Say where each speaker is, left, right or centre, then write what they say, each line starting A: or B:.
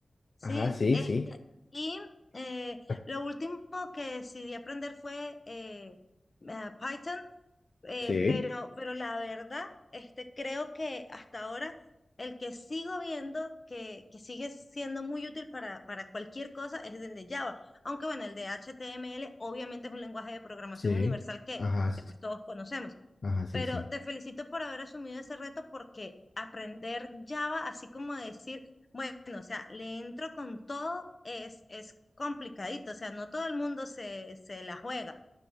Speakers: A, on the left; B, on the left.
A: ¿sí?
B: ajá, sí,
A: Este,
B: sí.
A: y eh,
B: Ah,
A: lo último que decidí aprender fue eh, eh, Python, eh,
B: Sí,
A: pero, pero la verdad, este, creo que hasta ahora el que sigo viendo que, que sigue siendo muy útil para, para cualquier cosa es el de Java. Aunque bueno, el de HTML obviamente es un lenguaje de programación
B: sí,
A: universal que,
B: ajá, sí,
A: que pues todos conocemos.
B: ajá, sí,
A: Pero
B: sí.
A: te felicito por haber asumido ese reto porque aprender Java, así como decir, bueno, o sea, le entro con todo, es, es complicadito, o sea, no todo el mundo se, se la juega.